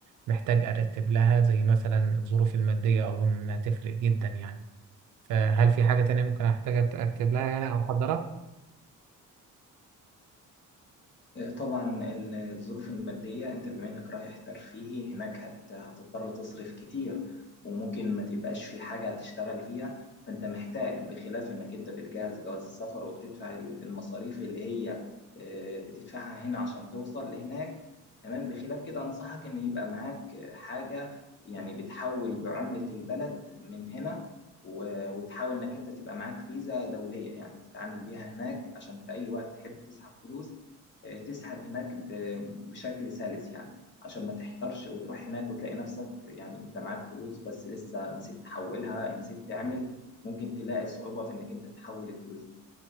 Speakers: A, on the right; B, on the left.
A: محتاج أرتب لها زي مثلا الظروف المادية أظن إنها تفرق جدا يعني فهل في حاجة تانية ممكن أحتاج أرتب لها يعني أو أحضرها؟
B: طبعا الظروف المادية انت بما انك رايح ترفيهي هناك هت هتضطر تصرف كتير وممكن ما تبقاش في حاجة هتشتغل فيها فانت محتاج بخلاف انك انت بتجهز جواز السفر وبتدفع المصاريف اللي هي آه، بتدفعها هنا عشان توصل لهناك تمام بخلاف كده انصحك ان يبقى معاك حاجة يعني بتحول بعملة البلد من هنا و- وتحاول انك انت تبقى معاك فيزا دولية يعني تتعامل بيها هناك عشان في اي وقت تحب تسحب فلوس آه، تسحب هناك ب- بشكل سلس يعني عشان ما تحترش وتروح هناك وتلاقي نفسك يعني انت معاك فلوس بس لسه نسيت تحولها نسيت تعمل ممكن تلاقي صعوبة في انك انت تحول الفلوس دي.